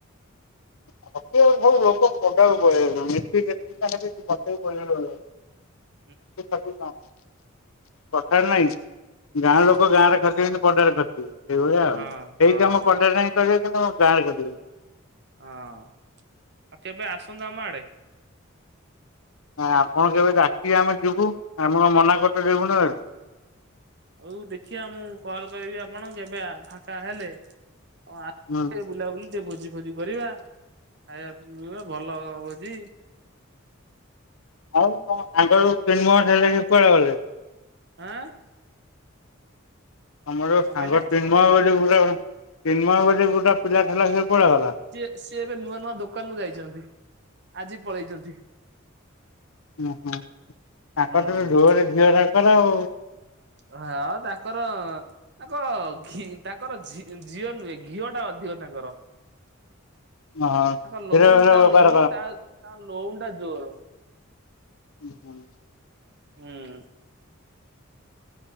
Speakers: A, on the left; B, on the right.
A: ଖଟିବାକୁ ସବୁ ଲୋକ ପଦାକୁ ପଳେଇ ଯାଉଛନ୍ତି, ଏତେ ରେଷ୍ଟିକସନ <unintelligible>
B: <inaudible>
A: କଣ କଥା ରେ ନାଇଁ,
B: ହୁଁ
A: ଗାଁ ଲୋକ ଗାଁରେ ଖର୍ଚ୍ଚ ପଦାରେ ଖଟିବି, ସେଇଭଳିଆ
B: ହଁ
A: ଆଉ। ସେଇ
B: ହଁ।
A: କାମ ପଦାରେ ଯାଇକି କରିବ ପଛେ, କିନ୍ତୁ ଗାଁ ରେ କରିବନି।
B: ହଁ ଆଉ କେବେ ଆସନ୍ତୁ ଆମ ଆଡେ।
A: ଆପଣ କେବେ ଡାକିବେ ଆମେ ଯିବୁ, ଆମେ କଣ ମନା କରିବୁ ଯିବୁନି ବୋଲି।
B: ହଉ ଦେଖିବା ମୁଁ କଲ କରିବି ଆପଣ କେବେ ଫାଙ୍କା ହେଲେ ଆ
A: ହୁଁ ଉଁ
B: ବୁଲାବୁଲି ଟିକେ ଭୋଜି ଫୋଜି କରିବା, ଖାଇବା ପିଇବା ଭଲ ଭୋଜି।
A: ଆଉ କଣ ଆଗରୁ <unintelligible>
B: ଆଁ ଆ
A: ଆମର
B: କଣ
A: ସାଙ୍ଗ
B: କହିଲେ
A: ତିନିମୟ ବୋଲି ଗୋଟେ ତିନିମୟ ବୋଲି ଗୋଟେ ପିଲା ଥିଲା, ସେ କୁଆଡେ ଗଲା?
B: ସି ଏବେ ନୂଆ ନୂଆ ଦୋକାନ କୁ ଯାଇଛନ୍ତି, ଆଜି ପଳେଇଛନ୍ତି।
A: ହୁ ହୁଁ, ତାଙ୍କ
B: ହୁଁ।
A: <unintelligible> କର ଆଉ
B: ହ ଆଉ ତାଙ୍କର ତାଙ୍କର ଘି ତାଙ୍କରଅ ଝିଅ ନୁହେ ଘିଅ ଟା ଅଧିକ ତାଙ୍କର। ତାଙ୍କ
A: ହଁ କ୍ଷୀର
B: ଲହୁଣ
A: ଫିର
B: ତା
A: ବେପାର
B: ଲହୁଣ ଟା ତା ଲହୁଣ ଟା ଜୋର।
A: ହୁଁ ହୁଁ।
B: ହୁଁ ଉଁ